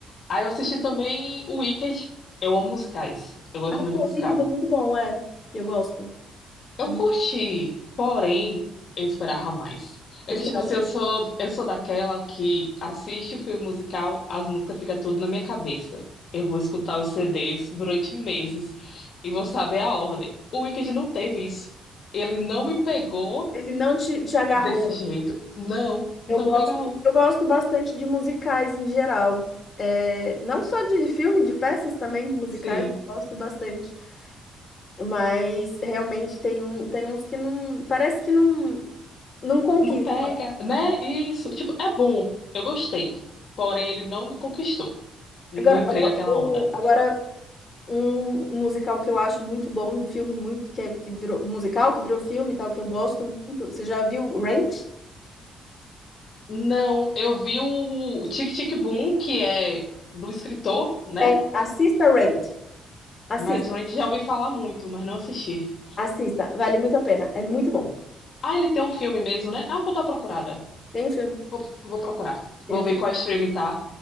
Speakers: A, on the left; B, on the left.
A: Aí eu assisti também o Wicked. Eu amo musicais. Eu gosto muito
B: O
A: de musical.
B: Wicked é muito bom, é. Eu gosto.
A: Eu
B: E
A: curti, porém, eu esperava mais. É
B: sinceramente,
A: que, tipo assim, eu sou, eu sou daquela que assiste o filme musical, as músicas ficam tudo na minha cabeça. Eu vou escutar os CDs durante meses e vou saber a ordem. O Wicked não teve isso. Ele não me pegou
B: ele não te, te agarrou.
A: desse jeito. Não, não
B: Eu gosto,
A: me agarrou.
B: eu gosto bastante de musicais em geral. É, não só de filme, de peças também, de musicais,
A: Sim,
B: eu gosto bastante. Mas realmente tem, um, tem uns que não. Parece que não, não conquista.
A: não pega, né? Isso, tipo, é bom. Eu gostei. Porém, ele não me conquistou. Não
B: Agora,
A: entrei
B: eu vou-
A: naquela onda.
B: eu- agora um musical que eu acho muito bom, um filme muito, que, é- que virou um musical, que virou filme e tal, que eu gosto muito. Você já viu Rent?
A: Não, eu vi o, o Tic Tic Boom, que é do escritor, né?
B: É, assista Rent. Assista,
A: Mas Rent já ouvi falar muito, mas não assisti.
B: assista, vale muito a pena. É muito bom.
A: Ah, ele tem um filme mesmo, né? Ah, vou dar uma procurada.
B: Tem um filme.
A: Vou, vou procurar.
B: Tem
A: Vou
B: um filme-
A: ver qual stream tá.